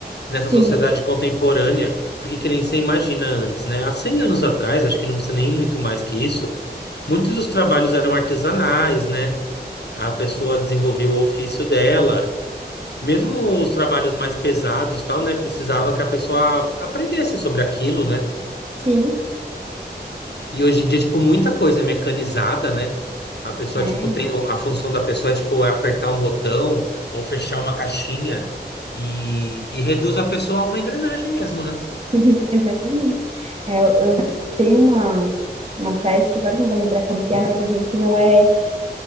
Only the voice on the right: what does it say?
Sim,
sim.
É.
<laughs> Uhum, Exatamente. É, eu, eu tenho uma, uma frase que agora eu não vou lembrar como que é, mas a gente não é,